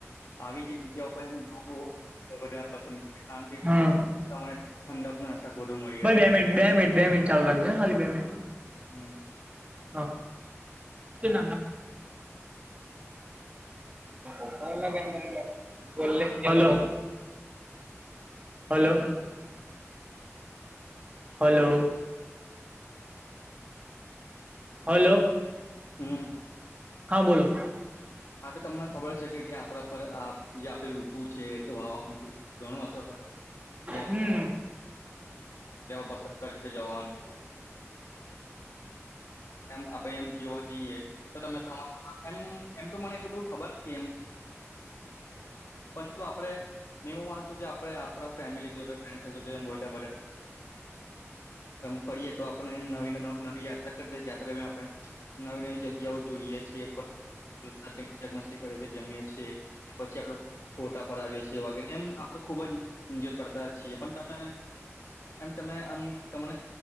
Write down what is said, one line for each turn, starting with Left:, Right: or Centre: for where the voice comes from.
Left: આવી જે જગ્યા પસંદ કારણકે
Right: હમ.
Left: ઠંડક નો અહેસાસ વધુ મળી
Right: ભાઈ
Left: રહે
Right: બે મિનટ બે મિનિટ બે મિનિટ ચાલુ રાખજે હે ખાલી બે મિનિટ
Left: હમ
Right: હ તે <unintelligible> <inaudible> બોલની હલો હલો હલો હલો
Left: હમમ
Right: હા બોલો
Left: આ તો તમને ખબર છે કે કે આપણા પર આ જે આપડી ઋતુ છે તે હવામાન છે ઘણું અસર કરે જેમ
Right: હમ હમ
Left: પસંદ જવાનું આપડે એમ જોવા જઈએ તમે ચોમાસામાં એમ એમ તો મને એટલું બધું ખબર નથી પણ જો આપડે મે એવું માનું શું કે આપડે આપણા ફેમિલી જોડે ફ્રેન્ડ સર્કલ જોડે ફરીએ તો પણ એમ નવી નવી નવી યાત્રા કરતા જતે આપણે નવી નવી જગ્યાઓ જોઈએ છીએ સાથે મજક મસ્તી કરે છે. જમીએ છીએ પછી આપણે ફોટા પડાવ્યે છીએ વગેરે એમ આપડે ખુબ જ એન્જોય કરતા છીએ એ પણ તમેં
Right: <inaudible>
Left: એમ તમે આમ તમને